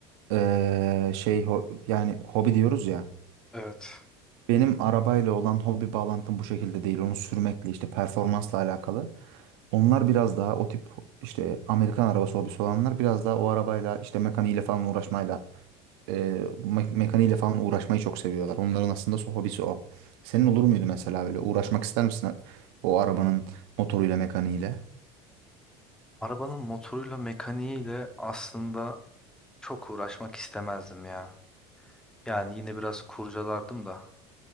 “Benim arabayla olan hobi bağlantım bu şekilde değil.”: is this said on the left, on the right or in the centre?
Right